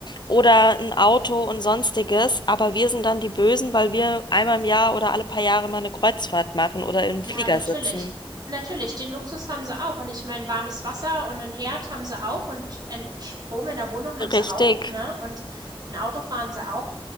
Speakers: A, on the left; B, on the right.
A: oder ein Auto und sonstiges. Aber wir sind dann die Bösen, weil wir einmal im Jahr oder alle paar Jahre mal eine Kreuzfahrt machen oder im
B: Ja,
A: Flieger
B: natürlich.
A: sitzen.
B: Natürlich, den Luxus haben sie auch. Und ich meine, warmes Wasser und einen Herd haben sie auch und ein Strom in der Wohnung haben sie
A: Richtig.
B: auch, ne? Und ein Auto fahren sie auch.